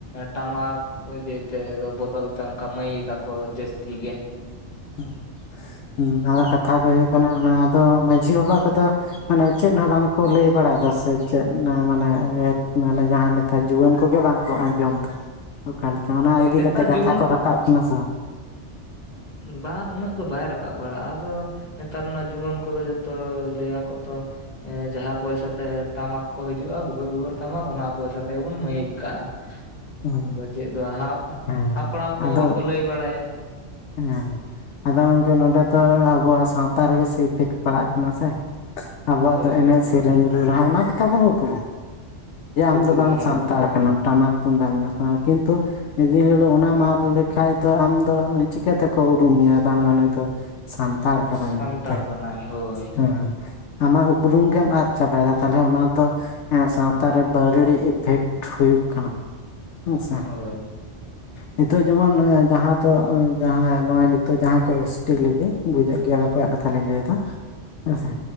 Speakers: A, on the left (about 35°); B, on the left (about 75°).
A: ᱴᱟᱢᱟᱠ ᱡᱮᱛᱮ <inaudible> ᱵᱚᱫᱚᱞ ᱛᱮ ᱚᱱᱠᱟ ᱢᱟᱭᱤᱠ ᱟᱠᱚ ᱡᱟᱹᱥᱛᱤ ᱜᱮ
B: <inaudible> ᱦᱩᱸ ᱟᱫᱚ ᱠᱟᱛᱷᱟ ᱫᱚ ᱦᱳᱭᱳᱜ ᱠᱟᱱᱟ ᱚᱱᱟ᱾ ᱟᱫᱚ ᱢᱟᱺᱡᱷᱤ ᱵᱟᱵᱟ ᱠᱚᱫᱚ ᱢᱟᱱᱮ ᱪᱮᱫ ᱦᱚᱸ ᱵᱟᱝ ᱠᱚ ᱞᱟᱹᱭ ᱵᱟᱲᱟᱭ ᱮᱫᱟ ᱥᱮ ᱪᱮᱫ ᱢᱟᱱᱮ ᱤᱭᱟᱹ <inaudible> ᱢᱟᱱᱮ ᱡᱟᱦᱟᱸ ᱱᱮᱛᱟᱨ ᱡᱩᱣᱟᱹᱱ ᱠᱚᱜᱮ ᱵᱟᱝ ᱠᱚ ᱟᱸᱡᱚᱢ ᱫᱟ᱾ ᱚᱠᱟ ᱞᱮᱠᱟ ᱚᱱᱟ ᱤᱫᱤ
A: ᱱᱮᱛᱟᱨ
B: ᱠᱟᱛᱮ ᱠᱟᱛᱷᱟ
A: ᱡᱩᱣᱟᱹᱱ
B: ᱠᱚ ᱨᱟᱠᱟᱵ ᱠᱟᱱᱟ ᱥᱮ ᱵᱟᱝ᱾
A: ᱵᱟᱝ ᱩᱱᱟᱹᱜ ᱫᱚ ᱵᱟᱭ ᱨᱟᱠᱟᱵ ᱵᱟᱲᱟᱜᱼᱟ᱾ ᱟᱫᱚ ᱱᱮᱛᱟᱨ ᱨᱮᱱᱟᱜ ᱡᱩᱣᱟᱹᱱ ᱠᱚᱫᱚ ᱡᱚᱛᱚ ᱞᱟᱹᱭᱟᱠᱚᱛᱚ ᱮ ᱡᱟᱦᱟᱸ ᱯᱚᱭᱥᱟ ᱛᱮ ᱴᱟᱢᱟᱠ ᱠᱚ ᱦᱤᱡᱩᱜ-ᱟ ᱵᱷᱩᱜᱟᱹᱜ ᱵᱷᱩᱜᱟᱹᱜ ᱴᱟᱢᱟᱠ ᱚᱱᱟ ᱯᱚᱭᱥᱟ ᱛᱮᱜᱮᱵᱚᱱ ᱢᱟᱹᱭᱤᱠ ᱠᱟᱜ-ᱟ᱾
B: ᱦᱩᱸ
A: ᱟᱫᱚ ᱪᱮᱫ ᱫᱚ ᱦᱟᱯ,
B: ᱦᱮᱸ
A: ᱦᱟᱯᱲᱟᱢ
B: ᱟᱫᱚ
A: ᱠᱚᱦᱚᱸ ᱵᱟᱠᱚ ᱞᱟᱹᱭ ᱵᱟᱲᱟᱭᱟ᱾
B: ᱦᱮᱸ ᱟᱫᱚ ᱜᱚᱝᱠᱮ ᱱᱚᱸᱰᱮ ᱫᱚ ᱟᱵᱚᱣᱟᱜ ᱥᱟᱶᱛᱟ ᱨᱮᱜᱮ ᱥᱮ ᱤᱯᱷᱮᱠᱴ ᱯᱟᱲᱟᱜ ᱠᱟᱱᱟ ᱥᱮ᱾ ᱟᱵᱚᱣᱟᱜ
A: ᱦᱳᱭ
B: ᱫᱚ ᱮᱱᱮᱡᱽ
A: ᱚᱱᱟ
B: ᱥᱮᱨᱮᱧ
A: ᱛᱚ ᱦᱮᱸ
B: ᱨᱩ ᱨᱟᱦᱟ ᱚᱱᱟ ᱜᱮ ᱛᱟᱵᱚᱱ ᱩᱯᱨᱩᱢ᱾ ᱡᱮ ᱟᱢ
A: ᱩᱯᱨᱩᱢ
B: ᱫᱚ ᱵᱟᱝ
A: ᱦᱳᱭ
B: ᱥᱟᱱᱛᱟᱲ ᱠᱟᱱᱟᱢ᱾ ᱴᱟᱢᱟᱠ ᱛᱩᱢᱫᱟᱜ ᱢᱮᱱᱟᱜ ᱛᱟᱢᱟ ᱠᱤᱱᱛᱩ ᱢᱤᱫ ᱫᱤᱱ ᱦᱤᱞᱳᱜ ᱚᱱᱟᱢ <inaudible> ᱠᱷᱟᱡ ᱫᱚ᱾ ᱟᱢᱫᱚ ᱪᱤᱠᱟᱹ ᱛᱮᱠᱚ ᱩᱨᱩᱢ ᱢᱮᱭᱟ ᱵᱟᱝ ᱢᱟ ᱱᱩᱭ ᱫᱚ ᱥᱟᱱᱛᱟᱲ ᱠᱟᱱᱟᱭ
A: ᱥᱟᱱᱛᱟᱲ
B: ᱢᱮᱱᱛᱮ
A: ᱠᱟᱱᱟᱭ ᱦᱳᱭ
B: ᱦᱮᱸ ᱟᱢᱟᱜ ᱩᱯᱨᱩᱢ ᱜᱮᱢ ᱟᱫ ᱪᱟᱵᱟᱭ ᱮᱫᱟ ᱛᱟᱦᱚᱞᱮ ᱚᱱᱟ ᱫᱚ ᱮᱸ ᱥᱟᱶᱛᱟ ᱨᱮ ᱵᱟᱹᱲᱟᱹᱲᱤ ᱤᱯᱷᱮᱠᱴ <inaudible> ᱦᱩᱭᱩᱜ ᱠᱟᱱᱟ᱾ ᱦᱮᱸ ᱥᱮᱴ
A: ᱦᱳᱭ
B: ᱱᱤᱛᱚᱜ ᱡᱮᱢᱚᱱ ᱡᱟᱦᱟᱸ ᱫᱚ <unintelligible> ᱱᱚᱜᱼᱚᱭ ᱱᱤᱛᱚᱜ ᱡᱟᱦᱟᱸ ᱠᱚᱭᱥᱴᱤᱜ <inaudible> ᱵᱩᱡ ᱜᱮᱭᱟ ᱚᱠᱚᱭᱟᱜ ᱠᱟᱛᱷᱟ ᱞᱤᱧ ᱞᱟᱹᱭ ᱮᱫᱟ᱾ ᱦᱮᱸ ᱥᱮ